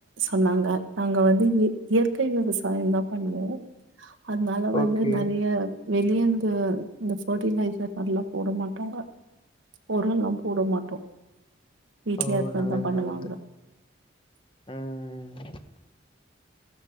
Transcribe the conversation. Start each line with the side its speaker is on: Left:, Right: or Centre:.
Right: சொன்னாங்க நாங்க வந்து இய இயற்கை விவசாயந்தா பண்ணுவோ அதனால வந்து
Left: ஓகே
Right: நெறைய வெளியன்ந்து பெ இந்த ஃபர்ட்டிலைசர் மாரிலா போட மாட்டாங்க ஒரொல்லா போட மாட்டோ வீட்லயே
Left: ஓ
Right: ஹஸ்பண்ட்
Left: நல்லது
Right: தா பண்ணுவாங்க
Left: நல்லது ம் ம்